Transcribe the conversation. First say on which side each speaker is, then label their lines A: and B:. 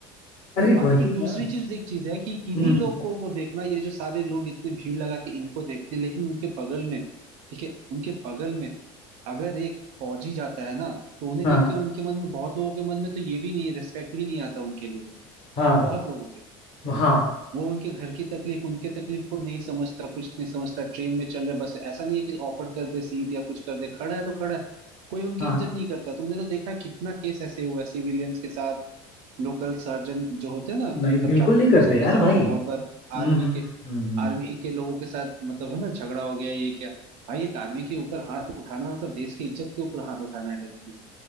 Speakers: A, on the left; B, on the right.
A: अरे
B: और
A: वही
B: फिर दूसरी
A: ना
B: चीज एक चीज है कि इन्हीं
A: हम्म
B: लोगों को देखना ये जो सारे लोग इतने भीड़ लगा के इनको देखते हैं लेकिन उनके बगल में ठीक है उनके बगल में अगर एक फौजी जाता है ना तो उन्हें
A: हाँ
B: देख के उनके मन में बहुत लोगों के मन में तो ये भी नहीं रिस्पेक्ट भी नहीं आता उनके लिए
A: हाँ
B: बहुत लोगों के
A: हाँ
B: वो उनके घर की तकलीफ उनके तकलीफ को नहीं समझता कुछ नहीं समझता ट्रेन में चल रहा है, बस ऐसा नहीं है कि ऑफर कर दे सीट या कुछ कर दे खड़ा है तो खड़ा है कोई उनकी
A: हाँ
B: इज्जत नहीं करता तुमने तो देखा है कितना केस ऐसे हुआ है सिविलियंस के साथ लोकल सर्जन जो होते हैं ना
A: नहीं
B: मतलब
A: बिल्कुल
B: ट्रैफिक
A: नहीं
B: पुलिस
A: करते
B: इनके
A: यार
B: साथ
A: भाई
B: जो बहुत बार
A: हम्म
B: आर्मी
A: हम्म हम्म
B: के
A: हम्म, हम्म।
B: आर्मी के लोगों के साथ मतलब है ना झगड़ा हो गया ये क्या भाई एक आर्मी के ऊपर हाथ उठाना मतलब देश की इज्जत के ऊपर हाथ उठाना है डायरेक्टली